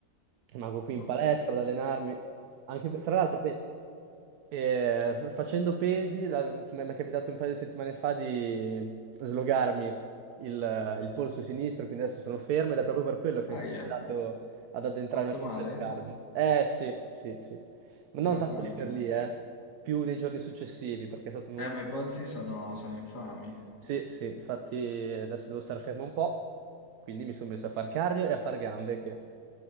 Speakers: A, on the right; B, on the left.
A: Rimango qui
B: Ok.
A: in palestra ad allenarmi. Anche per- tra l'altro, penso, eh, f- facendo pesi, la- come mi è capitato un paio di settimane fa di slogarmi il, il polso sinistro, quindi adesso sono fermo ed è proprio per quello che
B: Aia,
A: ho incominciato ad addentrare
B: fatto
A: nel
B: male?
A: mondo del cardio. Eh sì, sì, sì. Ma
B: Madonna.
A: non tanto lì per lì, eh. Più nei giorni successivi, perché è stato un...
B: Eh, ma i polsi sono, sono infami.
A: Sì, sì, infatti adesso devo star fermo un po', quindi mi sono messo a far cardio e a far gambe che